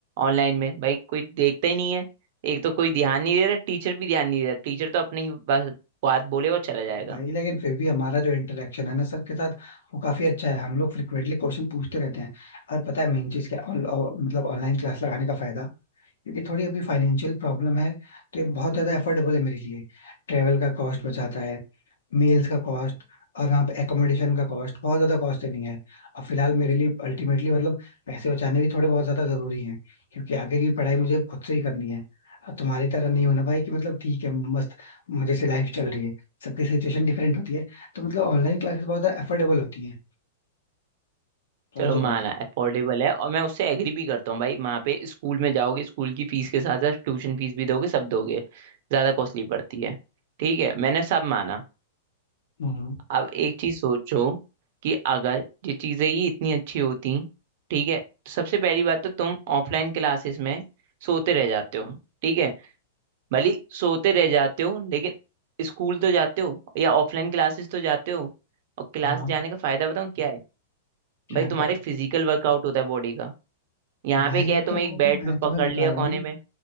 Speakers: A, on the right; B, on the left.
A: ऑनलाइन में भाई कोई देखता ही नहीं है एक तो कोई ध्यान नहीं दे रहा टीचर भी ध्यान नहीं दे रहा टीचर तो अपनी बस बात बोले और चला जाएगा
B: भाई लेकिन फिर भी हमारा जो इंटरेक्शन है ना सर के साथ वो काफी अच्छा है हम लोग फ्रिक्वेंटली क्वेश्चन पूछते रहते हैं और पता है मेन चीज क्या ऑन- ऑ- मतलब ऑनलाइन क्लास लगाने का फायदा क्योंकि थोड़ी अभी फाइनेंशियल प्रॉब्लम है तो ये बहुत ज्यादा एफोर्डेबल है मेरे लिए ट्रेवल का कॉस्ट बचाता है मील्स का कॉस्ट और वहाँ पे एकोमोडेशन का कॉस्ट बहुत ज्यादा कॉस्ट सेविंग है अब फिलहाल मेरे लिए अल्टीमेटली मतलब पैसे बचाने भी थोड़े बहुत ज्यादा जरूरी हैं क्योंकि आगे की पढ़ाई मुझे खुद से ही करनी है अब तुम्हारी तरह नहीं होना भाई कि मतलब ठीक है मस्त मजे से लाइफ चल रही है सबकी सिचुएशन डिफरेंट होती है तो मतलब ऑनलाइन क्लासेस बहुत ज्यादा अफोर्डेबल होती है समझे
A: चलो माना
B: भाई
A: अफोर्डेबल है और मैं उससे एग्री भी करता हूँ भाई वहाँ पे स्कूल में जाओगे स्कूल की फीस के साथ साथ ट्यूशन फीस भी दोगे सब दोगे ज़्यादा कॉस्टली पड़ती है ठीक है मैंने सब माना
B: हम्म
A: अब एक चीज़ सोचो कि अगर ये चीज़ें ही इतनी अच्छी होती ठीक है तो सबसे पहली बात तो तुम ऑफलाइन क्लासेस में सोते रह जाते हो ठीक है भले ही सोते रह जाते हो लेकिन स्कूल तो जाते हो या ऑफलाइन क्लासेस तो जाते हो और क्लास
B: हाँ
A: जाने का फायदा बताऊँ क्या है
B: क्या
A: भाई
B: है
A: तुम्हारे
B: बताओ
A: फिजिकल वर्कआउट होता है बॉडी का यहाँ
B: भाई
A: पे क्या है तुम्हें
B: तो
A: एक बेड
B: मैं
A: पे
B: तुम्हें
A: पकड़
B: बता
A: लिया
B: रहा
A: कोने
B: हूँ
A: में